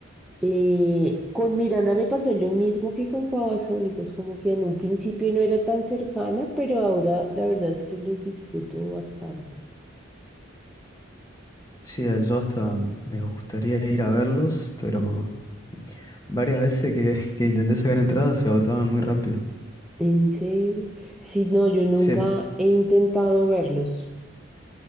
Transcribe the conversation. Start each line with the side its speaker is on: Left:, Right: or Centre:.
Centre: Eh, con Miranda me pasó lo mismo que con Babasónicos, como que en un principio no era tan cercana, pero ahora la verdad es que los disfruto bastante.
Left: Sí, a- yo hasta me gustaría ir a verlos, pero varias veces que, <laughs> que intenté sacar entradas se agotaban muy rápido.
Centre: ¿En serio? Sí, no, yo nunca
Left: Sí,
Centre: he intentado verlos.